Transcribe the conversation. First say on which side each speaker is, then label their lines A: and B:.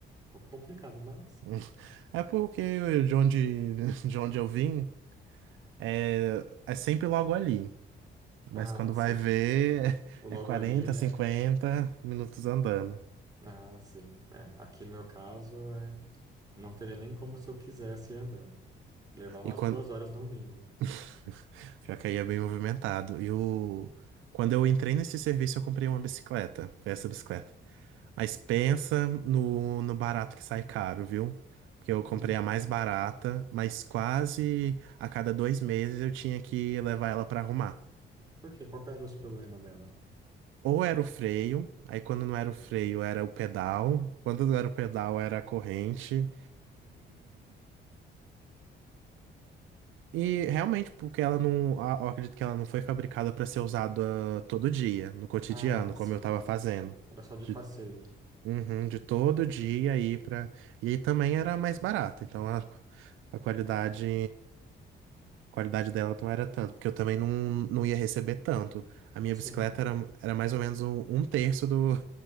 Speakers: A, on the right (about 20°); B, on the right (about 85°).
A: pouco complicado, mas.
B: <laughs> É porque eu- de onde, <laughs> de onde eu vim é, é sempre logo ali. Mas
A: Ah,
B: quando
A: sim.
B: vai ver, <laughs>
A: O logo
B: é é 40,
A: ali, né?
B: 50 minutos andando.
A: Ah, sim. É, aqui no meu caso, é... não teria nem como se eu quisesse ir andando. Levar umas
B: E quando.
A: duas horas no mínimo.
B: <laughs> Pior que aí é bem movimentado. E o... quando eu entrei nesse serviço, eu comprei uma bicicleta. Foi essa bicicleta. Mas pensa no, no barato que sai caro, viu? Porque eu comprei
A: Hum,
B: a mais barata, mas quase a cada dois meses eu tinha que levar ela pra arrumar.
A: por quê? Qual que era os problemas dela?
B: Ou era o freio, aí quando não era o freio era o pedal, quando não era o pedal era a corrente, E realmente, porque ela não. a- Eu acredito que ela não foi fabricada para ser usada todo dia, no cotidiano,
A: Ah, sim.
B: como eu tava fazendo.
A: Era só de
B: De,
A: passeio.
B: uhum, de todo dia aí para. E aí também era mais barata, então a, a qualidade. a qualidade dela não era tanto, porque eu também não, não ia receber tanto. A minha
A: Sim.
B: bicicleta era, era mais ou menos um, um terço do,